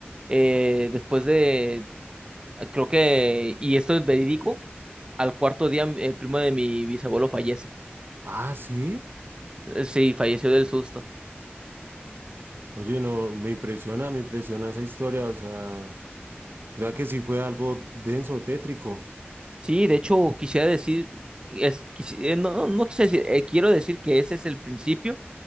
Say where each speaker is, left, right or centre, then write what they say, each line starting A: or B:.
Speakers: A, on the right (about 20°); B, on the right (about 60°).
A: Eh, después de, creo que, y esto es verídico, al cuarto día el primo de mi bisabuelo fallece.
B: Ah, sí.
A: Eh, Sí, falleció del susto.
B: Oye, no, me impresiona, me impresiona esa historia. O sea, o sea que sí fue algo denso, tétrico.
A: Sí, de hecho, quisiera decir, es, quisi- eh, no, no quise decir, eh, quiero decir que ese es el principio